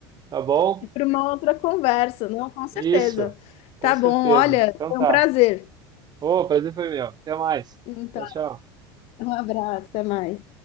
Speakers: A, on the right; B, on the left.
A: Tá bom?
B: para uma outra conversa, não, com certeza.
A: Isso, com
B: Tá
A: certeza.
B: bom, olha,
A: Então
B: foi
A: tá.
B: um prazer.
A: Ô, prazer foi meu. Até mais.
B: Então,
A: Tchau, tchau.
B: um abraço, até mais.